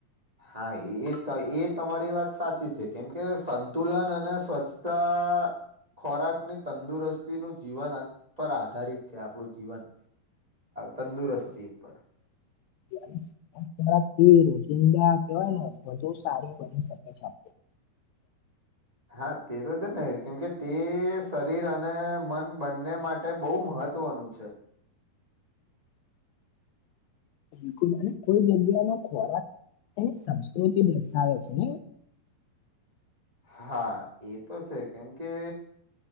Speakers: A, on the right; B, on the left.
A: હા એ એ તમારી વાત સાચી છે કેમ કે સંતુલન અને સ્વચ્છતા આ ખોરાકની તંદુરસ્તીનું જીવન પર આધારિત છે આપણું જીવન. તંદુરસ્તી
B: <unintelligible>
A: ઉપર
B: ઈંડા કેવાય ને વધુ સારી બની શકે છે આપ.
A: હા તે તો છે ને કેમકે તે શરીર અને મન બંને માટે બહુ મહ ત્વનું છે.
B: બિલકુલ અને કોઈ જંદ્યા ને ખોરાક તેની સંસ્કૃતિ દર્શાવે છે ને.
A: હા, એ તો છે કેમ કે